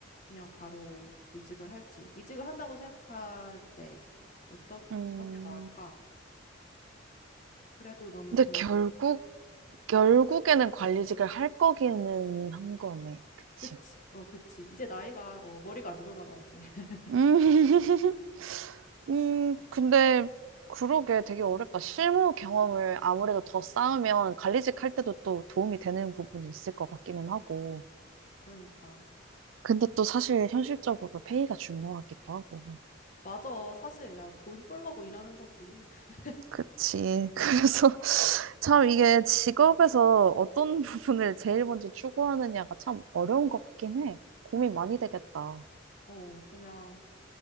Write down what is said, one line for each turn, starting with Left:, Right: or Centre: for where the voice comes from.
Left: 그냥 바로 이직을 할지. 이직을 한다고 생각할 때 어떤
Right: 음,
Left: 어떤 게 나을까? 그래도 너는
Right: 근데
Left: 돈이
Right: 결국, 결국에는 관리직을 할 거기는 한 거네. 그치?
Left: 그치. 어, 그치. 이제 나이가 어, 머리가 안 돌아가 이제. <laughs>
Right: 음, <laughs> 음, 근데 그러게 되게 어렵다. 실무 경험을 아무래도 더 쌓으면 관리직 할 때도 또 도움이 되는 부분이 있을 것 같기는 하고.
Left: 그러니까.
Right: 근데 또 사실 현실적으로 페이가 중요하기도 하고.
Left: 맞아. 사실 야, 돈 벌려고 일하는 거지. <laughs>
Right: 그치. <laughs> 그래서 참 이게 직업에서 어떤 <laughs> 부분을 제일 먼저 추구하느냐가 참 어려운 것 같긴 해. 고민 많이 되겠다.
Left: 어, 그냥